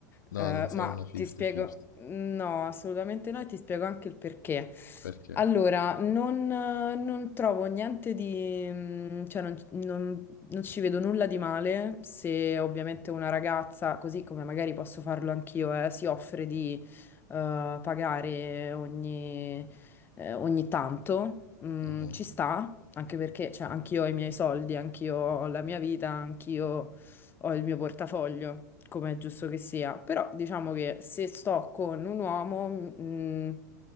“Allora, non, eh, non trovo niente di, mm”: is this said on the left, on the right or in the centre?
Left